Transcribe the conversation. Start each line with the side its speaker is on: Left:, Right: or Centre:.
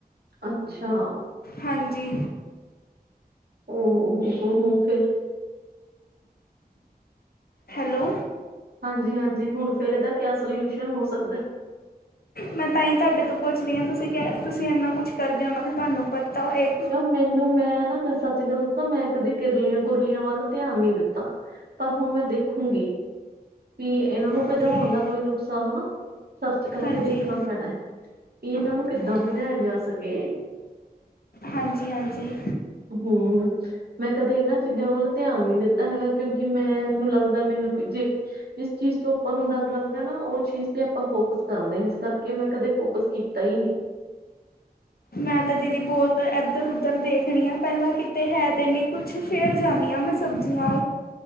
Right: ਅੱਛਾ।
Left: ਹੰਜੀ।
Right: ਹੋ, ਹੋ-ਹੋ ਫੇਰ
Left: ਹੈਲੋ।
Right: ਹਾਂਜੀ-ਹਾਂਜੀ, ਹੁਣ ਫੇਰ ਇਹਦਾ ਕਿਆ ਸਲਿਊਸ਼ਨ ਹੋ ਸਕਦਾ?
Left: ਮੈਂ ਤਾਂ ਹੀ ਤੁਹਾਡੇ ਤੋਂ ਪੁੱਛਦੀ ਆਂ, ਤੁਸੀਂ ਕਹਿ ਤੁਸੀਂ ਇੰਨਾ ਕੁਛ ਕਰ ਦਿਓ। ਮੈਂ ਕਿਹਾ ਤੁਹਾਨੂੰ ਪਤਾ ਹੋ ਇਹ?
Right: ਮੈਨੂੰ ਮੈਂ ਨਾ ਸੱਚ ਗੱਲ ਦੱਸਾਂ ਮੈਂ ਕਦੇ ਕਿਰਲੀਆਂ-ਕਿੁਰਲੀਆਂ ਵੱਲ ਧਿਆਨ ਨੀ ਦਿੱਤਾ। ਪਰ ਹੁਣ, ਮੈਂ ਦੇਖੂੰਗੀ। ਵੀ ਇਹਨਾਂ ਨੂੰ
Left: ਓਕੇ
Right: ਪਜੋਣ ਦਾ ਕੋਈ ਨੁਕਸਾ ਹਨਾ, ਸਰਚ ਕਰਕੇ
Left: ਹਾਂਜੀ
Right: ਦੇਖਣਾ ਪੈਣਾ। ਕਿ ਇਹਨਾਂ ਨੂੰ ਕਿੱਦਾਂ
Left: ਓਕੇ
Right: ਪਜਾਇਆ ਜਾ ਸਕੇ।
Left: ਹਾਂਜੀ-ਹਾਂਜੀ।
Right: ਹੁੰ। ਮੈਂ ਕਦੇ ਇਹਨਾਂ ਚੀਜ਼ਾਂ ਵੱਲ ਤਿਆਨ ਨਈਂ ਦਿੱਤਾ ਹੈਗਾ, ਕਿਉਂਕਿ ਮੈਨੂੰ ਲੱਗਦਾ ਮੈਨੂੰ ਜੇ ਜਿਸ ਚੀਜ਼ ਤੋਂ ਆਪਾਂ ਨੂੰ ਡਰ ਲੱਗਦਾ ਨਾ ਉਸ ਚੀਜ਼ ਤੇ ਆਪਾਂ ਫੋਕਸ ਕਰਦੇ ਆਂ, ਇਸ ਕਰਕੇ ਮੈਂ ਕਦੇ ਫੋਕਸ ਤਈ ਨੀ।
Left: ਮੈਂ ਤੇ ਦੀਦੀ ਬਹੁਤ ਏਦਰ-ਔਦਰ ਦੇਖਣੀ ਆ ਪਹਿਲਾਂ, ਕਿਤੇ ਹੈ ਤੇ ਨੀ ਕੁਜ। ਫੇਰ ਜਾਂਨੀ ਆਂ ਮੈਂ, ਸਬਜ਼ੀਆਂ